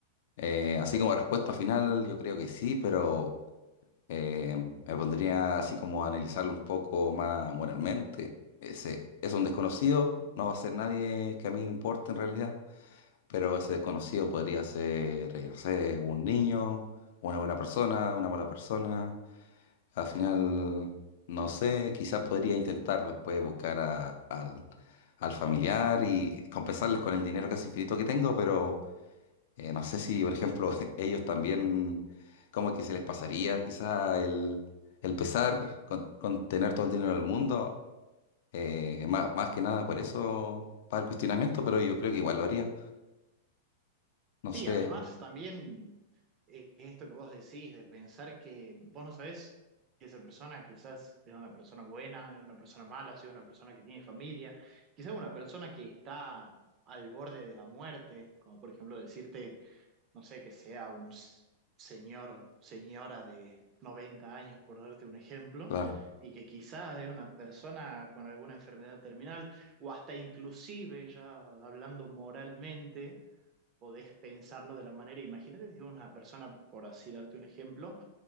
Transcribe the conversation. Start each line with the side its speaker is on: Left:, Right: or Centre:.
Left: eh, así como respuesta final, yo creo que sí, pero eh, me pondría así como a analizarlo un poco más moralmente. Ese es un desconocido, no va a ser nadie que a mí me importe en realidad. Pero ese desconocido podría ser, eh, no sé, un niño, una buena persona, una mala persona. Al final, no sé, quizás podría intentar después buscar a- al, al familiar y compensarles con el dinero casi infinito que tengo, pero eh, no sé si, por ejemplo, <laughs> ellos también, como que se les pasaría quizás el, el pesar con, con tener todo el dinero del mundo. Eh, más, más que nada por eso para el cuestionamiento, pero yo creo que igual lo haría. No
Right: Sí,
Left: sé,
Right: además también eh, esto que vos decís de pensar que vos no sabés si esa persona quizás es una persona buena, es una persona mala, si es una persona que tiene familia, quizás una persona que está al borde de la muerte, como por ejemplo decirte, no sé, que sea un s- señor, señora de 90 años, por darte un ejemplo,
Left: claro.
Right: y que quizás es una persona con alguna enfermedad terminal, o hasta inclusive ya hablando moralmente podés pensarlo de la manera. Imagínate si una persona, por así darte un ejemplo,